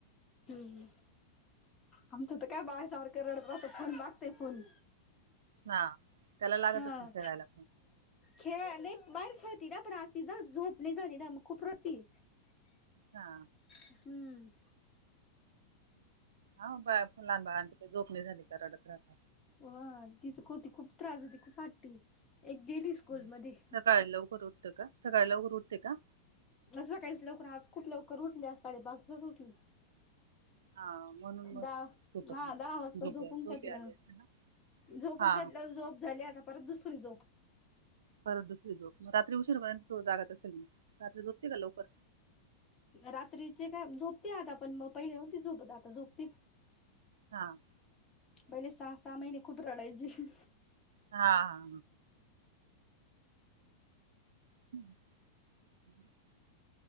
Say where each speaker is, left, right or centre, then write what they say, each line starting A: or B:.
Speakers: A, on the left; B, on the right.
A: हम्. आमचं तर काय बाळ सारखं रडत राहत, फोन लागतेय फोन.
B: हा, त्याला लागत
A: हा
B: असेल खेळायला.
A: खेळ नाही बाहेर खेळती ना, पण आज ति ज झोप नाही झाली ना, मग खूप रडती.
B: हा.
A: हम्म.
B: हा बा <unintelligible> फुलहान बागांची काही जोपणी झाली का रडत राहत.
A: हो तिच हो ती खूप त्रास देती. खूप हट्टी, एक गेली स्कूल
B: हं.
A: मध्ये.
B: सकाळी लवकर उठत का, सकाळ लवकर उठते का?
A: सकाळीच लवकर आज खूप लवकर उठले, आज साडेपाचलाच उठली..
B: हा म्हणून मग
A: दहा,
B: झोपत
A: ह
B: नाही.
A: दहा वाजता
B: झोप
A: झोपून
B: झोप
A: टाकलं.
B: आली असेल ना?
A: झोपून
B: हा
A: घेतल्यावर झोप झाली. आता परत दुसरी झोप.
B: परत दुसरी झोप, रात्री उशीरपर्यंत तो जागा असेल, रात्री जोपते का लवकर?
A: रात्रीचे काय झोपते आता, पण मग पहिले नव्हती झोपत आता झोपते.
B: हां.
A: पहिले सहा- सहा महिने खूप राडायचेे.
B: हा हा हा.... ह <unintelligible>